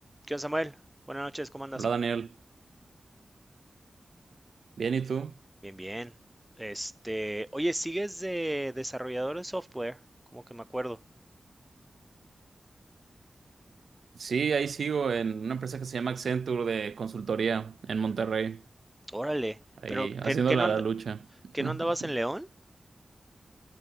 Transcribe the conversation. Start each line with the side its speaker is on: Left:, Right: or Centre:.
Centre: ¿Qué onda, Samuel? Buenas noches, ¿cómo andas?
Right: Hola Daniel, bien, ¿y tú?
Centre: Bien, bien. Este, oye, ¿sigues de desarrollador de software? Como que me acuerdo.
Right: Sí, ahí sigo en una empresa que se llama Accenture de consultoría en Monterrey,
Centre: Órale,
Right: ahí
Centre: pero ¿qué,
Right: haciéndola
Centre: qué no and-
Right: la lucha. <laughs>
Centre: qué no andabas en León?